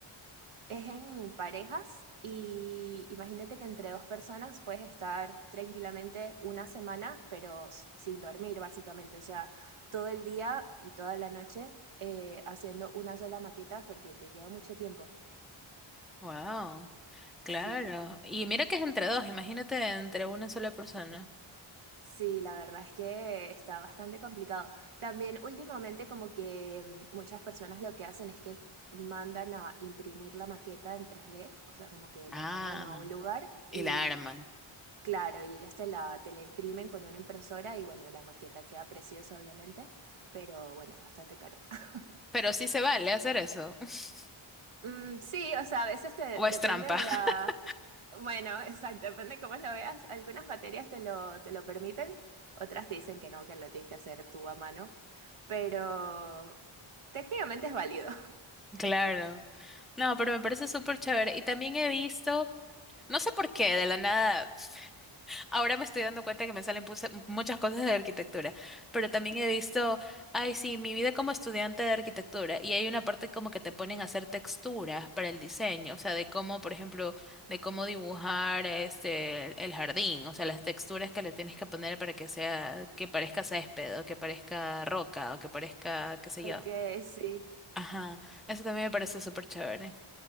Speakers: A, on the right (about 80°); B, in the centre.
A: Es en parejas y imagínate que entre dos personas puedes estar tranquilamente una semana, pero s- sin dormir básicamente, o sea, todo el día y toda la noche eh, haciendo una sola maqueta porque te lleva mucho tiempo.
B: Wow, claro.
A: Sí,
B: Y mira que es entre dos, imagínate entre una sola persona.
A: sí, la verdad es que está bastante complicado. También últimamente como que mm, muchas personas lo que hacen es que mandan a imprimir la maqueta en tres d o sea, como que
B: Ah,
A: la mandan a un lugar y
B: y la arman.
A: Claro, y ellos te la, te la imprimen con una impresora y bueno, la maqueta queda preciosa obviamente, pero bueno, es bastante caro. <laughs>
B: Pero sí se vale hacer eso. <laughs>
A: Mm, sí, o sea, a veces te,
B: ¿O
A: depende
B: es trampa?
A: de
B: <laughs>
A: la... Bueno, exacto, depende cómo lo veas. Algunas materias te lo, te lo permiten, otras te dicen que no, que lo tienes que hacer tú a mano, pero técnicamente es válido,
B: Claro. No, pero me parece súper chévere. Y también he visto, no sé por qué, de la nada. Ahora me estoy dando cuenta que me salen puse- muchas cosas de arquitectura, pero también he visto, ay, sí, mi vida como estudiante de arquitectura, y hay una parte como que te ponen a hacer texturas para el diseño, o sea, de cómo, por ejemplo, de cómo dibujar este el jardín, o sea, las texturas que le tienes que poner para que sea, que parezca césped, o que parezca roca, o que parezca, qué sé
A: <laughs> porque
B: yo.
A: sí.
B: Ajá, eso también me parece súper chévere.